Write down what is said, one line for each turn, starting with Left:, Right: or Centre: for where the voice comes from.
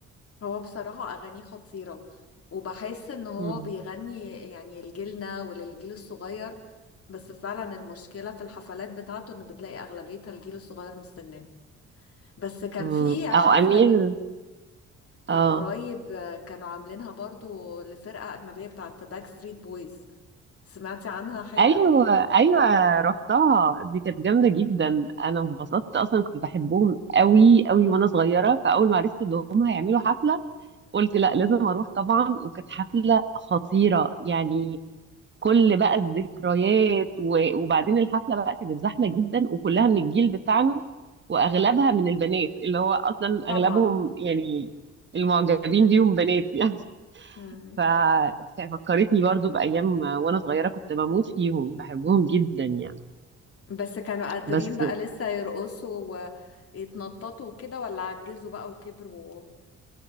Left: هو بصراحة أغانيه خطيرة وبحس ان هو
Right: مم.
Left: بيغني يعني لجيلنا وللجيل الصغير بس فعلا المشكلة في الحفلات بتاعته ان بتلاقي أغلبيتها الجيل الصغير مستناه بس كان
Right: مم.
Left: في حفلة
Right: أو أمير
Left: من من
Right: اه
Left: قريب آه، كانوا عاملينها برضو لفرقة أجنبية بتاعت باك ستريت بويز سمعتي عنها حاجة؟
Right: أيوه أيوه رحتها دي كانت جامدة جدا أنا انبسطت أصلا كنت بحبهم قوي قوي وأنا صغيرة فأول ما عرفت إن هم هيعملوا حفلة قلت لا لازم أروح طبعا وكانت حفلة خطيرة يعني كل بقى الذكريات و- وبعدين الحفله بقى كانت زحمه جدا وكلها من الجيل بتاعنا واغلبها من البنات اللي هو اصلا
Left: طبعا
Right: اغلبهم يعني المعجبين بيهم بنات يعني
Left: مم.
Right: <laughs> ف- ففكرتني برضو بايام وانا صغيره كنت بموت فيهم بحبهم جدا يعني
Left: بس كانوا قادرين
Right: بس
Left: بقى لسه يرقصوا ويتنططوا وكده ولا عجزوا بقى وكبروا